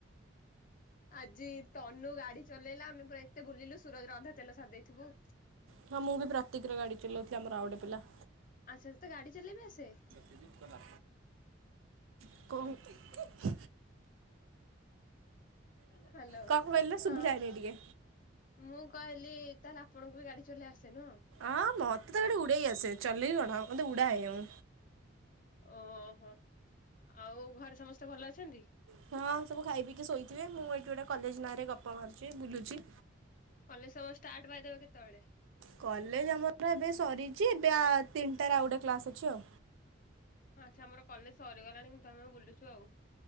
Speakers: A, on the left (about 45°); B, on the right (about 80°).
A: ଆଜି ତନୁ ଗାଡି ଚଲେଇଲା ଆମେ ପୁରା ଏତେ ବୁଲିଲୁ ସୁରଜ ଅଧା ତେଲ ସାରି ଦେଇଥିବୁ।
B: ହଁ ମୁଁ ବି ପ୍ରାତିକର ଗାଡି ଚଲାଉଥିଲ ଆମର ଆଉଡେ ପିଲା।
A: ଆଚ୍ଛା ତତେ ଗାଡ଼ି ଚଲେଇ ବି ଆସେ।
B: ବି କଲା <inaudible>
A: ହ୍ୟାଲୋ
B: କଣ କହିଲେ ଶୁଭିଲାନି
A: ହଁ
B: ଟିକେ
A: ମୁଁ କହିଲି ତାହେଲେ ଆପଣଙ୍କୁ ବି ଗାଡି ଚଲେଇ ଆସେ ନୁହଁ।
B: ଆଁ ମତେ ତ ଗାଡ଼ି ଉଡ଼େଇ ଆସେ। ଚଲେଇ କଣ ମୁ ତ ଉଡ଼ାଏ ଉଁ।
A: ଓହୋ ଆଉ ଘରେ ସମସ୍ତେ ଭଲ ଅଛନ୍ତି।
B: ହଁ ସବୁ ଖାଇ ପିକି ଶୋଇଥିବେ ମୁଁ ଏଇଠି ଗୋଟେ କଲେଜ ନାଁରେ ଗପ ମାରୁଛି ବୁଲୁଛି।
A: କଲେଜ ସବ ଷ୍ଟାର୍ଟ ପାଇଦେବ କେତେବେଳେ
B: କଲେଜ ଆମର ଏବେ ସରିଛି ଏବେ ଆ ତିନିଟାରେ ଆଉ ଗୋଟେ କ୍ଲାସ ଅଛି ଆଉ।
A: ଆଚ୍ଛା ଆମର କଲେଜ ସରିଗଲାଣି କିନ୍ତୁ ଆମେ ବୁଲୁଛୁ ଆଉ।